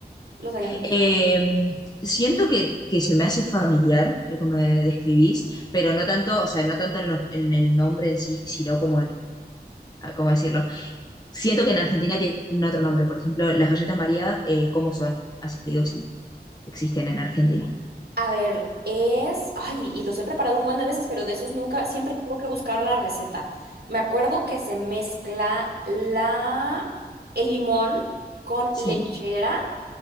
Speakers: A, on the right; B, on the left.
A: los hayan visto.
B: Eh, siento que, que se me hace familiar lo que me describís, pero no tanto, o sea, no tanto en, lo- en el nombre en sí, sino como en, ah, ¿cómo decirlo? Siento que en Argentina tienen otro nombre, por ejemplo, las galletas María, eh, ¿cómo son? Así te digo, si existen en Argentina.
A: A ver, es, ay, y los he preparado un buen de veces, pero de esos nunca, siempre tengo que buscar la receta. Me acuerdo que se mezcla la, el limón con
B: Sí,
A: lechera,